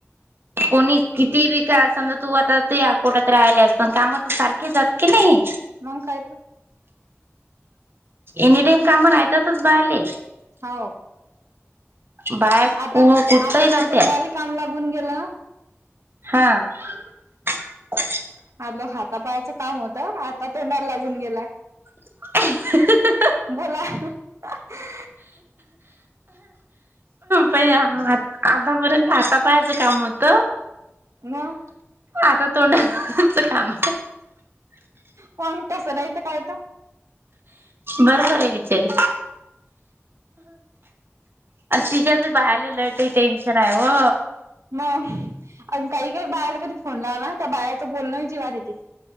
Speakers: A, on the right; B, on the right.
A: कोणी किती बी कां समजा तूं आंता ते अकोटांत राहियला असं पणं कामं तरं सारखे घेतांत की नाहीं
B: मंग कायं तं
A: एनी टाईम कामं राहतांतच बायाले.
B: हो..
A: बाया
B: आंता.
A: कुठतही
B: आंता
A: राहत्या
B: हे तोंडारी कामं लागूंन गेलं नं.
A: हां <unintelligible>
B: आलों हातापायाचं कामं होतं आंता तोंडाला लागूंन गेलाय.
A: हां.. हां
B: बोलां हां.. हां!
A: बयां... आंतापर्यंत हातापायाचं कामं होतं
B: मंग
A: आता तोंडाच काम
B: पणं तसं नाहीं ते कांयतं
A: बरोबर आहे विचारूं. तिच्यांत बाहेरले लंय टेन्शन आहे हो..
B: मंग अं कांहीं कांहीं बायाले कधीं फोन लावलां तरं बायाचं बोलणंची पणं जिवारं येते